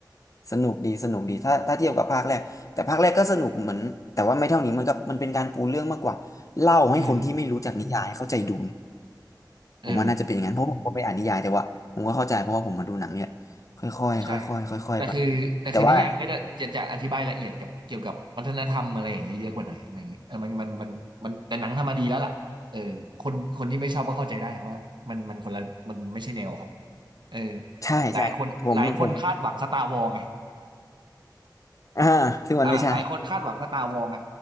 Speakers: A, on the left; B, on the right.
A: ไสนุกดีสนุกดีถ้าถ้าเทียบกับภาคแรกแต่ภาคแรกก็สนุกเหมือนแต่ว่าไม่เท่านี้มันก็มันเป็นการปูเรื่องมากกว่าเล่าให้คนที่ไม่รู้จักนิยายเข้าใจดูน
B: อืมเออ
A: ผมว่าน่าจะเป็นอย่างนั้นเพราะผมก็ไม่อ่านนิยายแต่ว่าผมก็เข้าใจเพราะว่าผมมาดูหนังเนี่ยค่อยๆค่อยๆค่อยๆไป
B: ใช่แต่คือแต่คือนิยายมันก็จะจะจะอธิบายละเอียดกับเกี่ยวกับวัฒนธรรมอะไรอย่างเงี้ยเยอะกว่าหน่อยอะไรอย่างเงี้ยเออมันมันมันมันแต่หนังทำมาดีแล้วล่ะเออคนคนที่ไม่ชอบก็เข้าใจได้ครับว่ามันมันคนละมันไม่ใช่แนวเขา
A: แต่ว่า
B: เออ
A: ใช่ใช่ผมผม
B: หลายคนหลายคนคาดหวังสตาร์วอลไง
A: อ่าซึ่งมันไม่ใช่
B: อ่าหลายคนคาดหวังสตาร์วอลไง